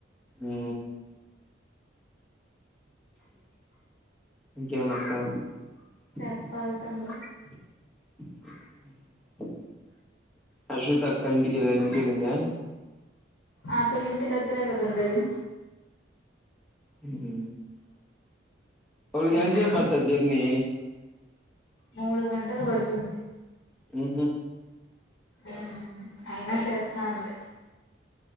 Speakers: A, in the centre; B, on the left.
A: ఉ ఇంకెమక్క <unintelligible>
B: చెప్పాలి తమ్ముడు
A: అశ్విత్ అక్క ఇంటికెలే ఇంటికెల్లిందా
B: ఆ పిల్లా ఇంటి దగ్గరే గదా ఉండేది
A: ఉహు వొళ్కెంత్
B: ఉమ్
A: సేప్ బడుతది జెర్నీ
B: మూడు గంటలు బడుతుంది
A: ఉహు
B: ఉమ్ అయినా చేస్తా అండి